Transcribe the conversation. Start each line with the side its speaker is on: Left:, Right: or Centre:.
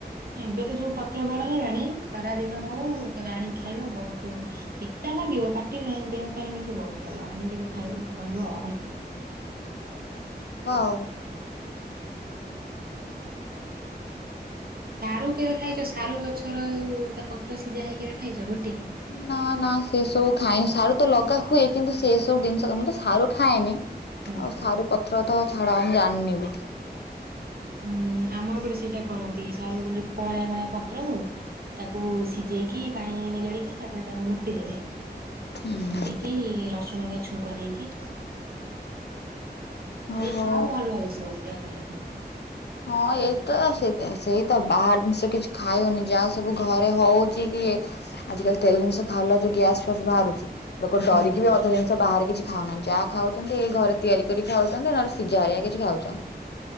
Right: ଏବେ ତ ସବୁ ପତ୍ର ବଡ ହେଇଗଲାଣି ଖରା ଦିନ ହଉ ତେବେ ଆଣିକି ଖାଇବା ବହୁତ ପିତା ଲାଗିବ ପାଟି ପାଇଁ ଦେହ ପାଇଁ କିନ୍ତୁ ବହୁତ ଭଲ ଆଣିକି ବି ଖାଇବ କହିବ ଆଉ।
Left: ହଉ ହଉ ଆଣିବି। ହଉ।
Right: ସାରୁ କେବେ ଖାଇଛ? ସାରୁ ଗଛର ତା ପତ୍ର ସିଝା ହେଇ କେବେ ଖାଇଛ? ଗୋଟିକି।
Left: ନା ନା ସେ ସବୁ ଖାଏ ସାରୁ ତ ଲଗା ହୁଏ କିନ୍ତୁ ସେ ସବୁ ଜିନିଷ କ ମୁଁ ତ ସାରୁ ଖାଏନି।
Right: ହୁଁ
Left: ଆଉ ସାରୁ ପତ୍ର ତ ଛାଡ ଆମ୍ ଜାଣନିବି।
Right: ହୁଁ ଆମ ଏପଟେ ସେଇଟା କରନ୍ତି ସାରୁ ଯୋଉ କଅଁଳିଆ କଅଁଳିଆ ପତ୍ର କୁ ତାକୁ ସିଝେଇକି ପାଣି ନିଗାଡିକି ତାପରେ ତାକୁ ଘୁଟି ଦେବେ।
Left: ହୁଁ
Right: ଘୁଟିକି
Left: ହୁଁ।
Right: ରସୁଣ ନିଆ ଛୁଙ୍କ ଦେଇକି
Left: ଓହୋ।
Right: ବେ ଖାଅ ଭଲ ଏଇ ସବୁ ଦେହ ପାଇଁ ବି।
Left: ହଁ ଏଇତ ସେଇତ ସେଇତ ବାହାର ଜିନିଷ କିଛି ଖାଇ ହଉନି ଯାହା ସବୁ ଘରେ ହଉଛି କି ଆଜିକାଲି ତେଲ ନିଷ ଖାଇଲା ଯୋଉ ଗ୍ୟାସ୍ ଫ୍ୟାସ୍‌ ବାହାରୁଛି ଲୋକ ଡରିକି
Right: ହୁଁ
Left: ବି ଅଧ ଜିନିଷ ବାହାରେ କିଛି ଖାଉନାହାନ୍ତି ଯାହା ଖାଉଛନ୍ତି ଏଇ ଘରେ ତିଆରି କରି ଖାଉଛନ୍ତି ନହେଲେ ସିଝା ହାରିଆ କିଛି ଖାଉଛନ୍ତି।